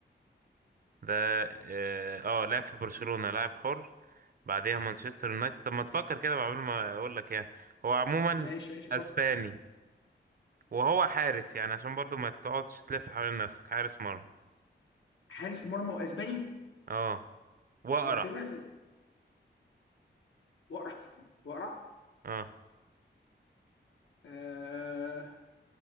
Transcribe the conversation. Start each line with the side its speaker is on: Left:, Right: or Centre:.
Right: ده اه آه، لعب في برشلونه لاعب حر بعديها مانشستر يونايتد طب ما تفكر كده قبل ما اقول لك يعني هو عموما
Left: ماشي ماشي بفكر
Right: اسباني وهو حارس يعني عشان برضو ما تقعدش تلف حوالين نفسك حارس مرمى
Left: حارس مرمى واسباني
Right: اه واقرع
Left: واعتزل واقرع واقرع
Right: اه
Left: آه